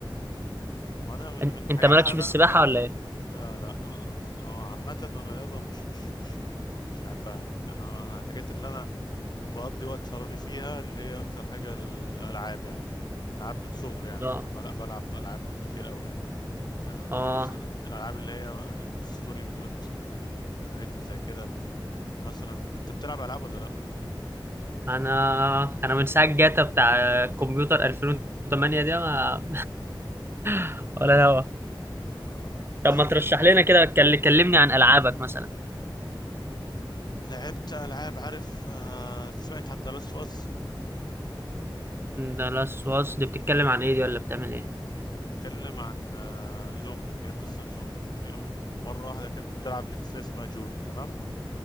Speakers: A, on the left; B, on the right.
A: أنا من
B: أن-
A: من الحاجات
B: انت مالكش
A: اللي أنا
B: في السباحة
A: بحب
B: ولا ايه؟
A: لا لا آه، آه، عامة الرياضة مش مش مش آه، مش بحبها يعني أنا أنا الحاجات اللي أنا بقضي وقت فراغي فيها اللي هي أكتر حاجة الألعاب يعني ألعاب من صغري يعني
B: اه
A: بلعب بلعب ألعاب كتير قوي يعني آه،
B: اه
A: مس... الالعاب اللي هي الستوري مود والحاجات اللي زي كده واللي مثلا انت بتلعب العاب ولا لا
B: انا انا من ساعه جاتا بتاع كمبيوتر 2008 دي ما... <laughs> ولا هوا
A: آه،
B: طب
A: اسمه
B: ما ترشح لنا كده كل- كلمني عن العابك مثلا
A: لعبت العاب عارف آه، سمعت عن دلاس فاس
B: ده لاست واس دي بتتكلم عن ايه دي ولا بتعمل ايه
A: اتكلم عن آه، زومبي هي قصة زومبي هي مرة واحدة كنت بتلعب بشخصية اسمها جول تمام